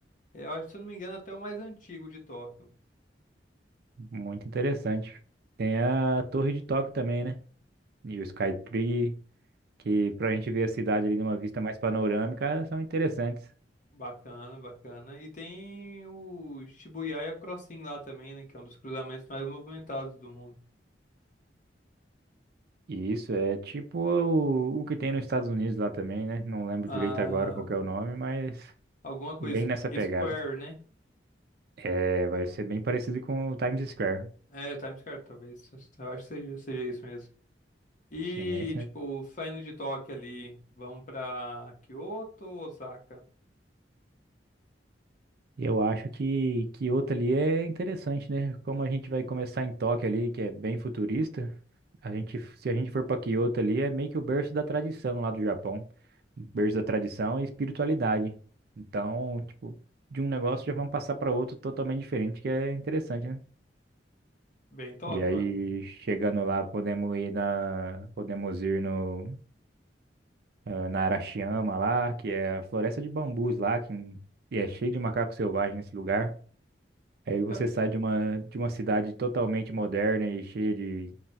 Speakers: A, on the left (about 45°); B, on the right (about 60°).
A: é, eu acho, se eu não me engano, até o mais antigo de Tóquio.
B: muito interessante. Tem a Torre de Tóquio também, né? E o Skytree, que pra gente ver a cidade ali numa vista mais panorâmica, são interessantes.
A: Bacana, bacana. E tem o Shibuya Crossing lá também, né? Que é um dos cruzamentos mais movimentados do mundo.
B: E Isso, é tipo o, o que tem nos Estados Unidos lá também, né? Não lembro
A: Ah,
B: direito agora qual que é o nome, mas
A: alguma coisa.
B: bem nessa pegada.
A: Square, né?
B: É, vai ser bem parecido com o Times Square.
A: É, Times Square, talvez. Eu acho que seja, seja isso mesmo. E,
B: Sim, é isso mesmo.
A: tipo, saindo de Tóquio ali, vamos pra Kyoto ou Osaka?
B: E eu acho que Kyoto ali é interessante, né? Como a gente vai começar em Tóquio ali, que é bem futurista, a gente, se a gente for para Kyoto ali, é meio que o berço da tradição lá do Japão. Berço da tradição e espiritualidade. Então, tipo, de um negócio já vamos passar para outro totalmente diferente, que é interessante, né?
A: Bem top,
B: E aí,
A: mano.
B: chegando lá, podemos ir na, podemos ir no ah, na Arashiyama lá, que é a floresta de bambus lá, que e é cheio de macaco selvagem nesse lugar. Aí você
A: Ca-
B: sai de uma, de uma cidade totalmente moderna e cheia de